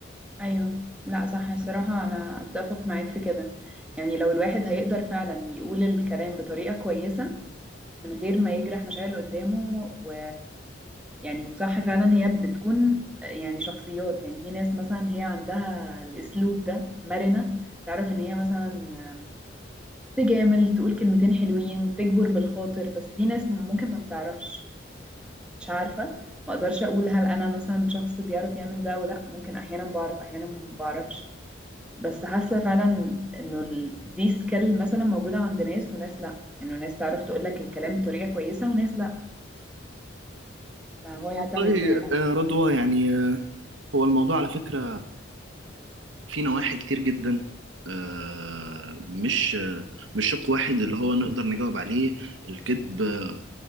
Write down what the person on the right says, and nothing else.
والله
آه، رضوى يعني آه، هو الموضوع على فكرة في نواحي كتير جدا آه، مش آه، مش شق واحد اللي هو نقدر نجاوب عليه الكذب آه،